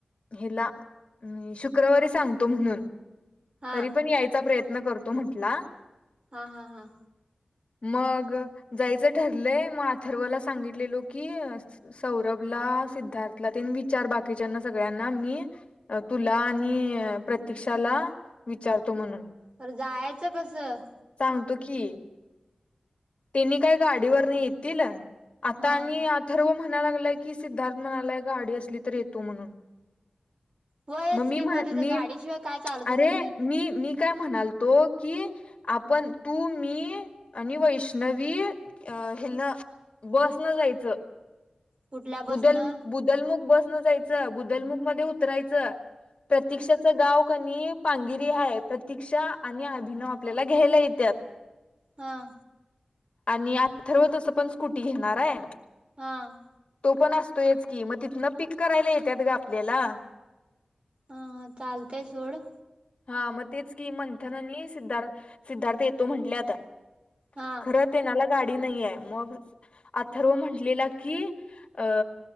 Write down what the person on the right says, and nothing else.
हा
हा हा हां
अर जायचं कसं?
हा
होयच
कि
तिथं
गाडीशिवाय काय चालतच
नाही
कुठल्या
बसन हा
हां
हां.
हा चालतय सोड.
हा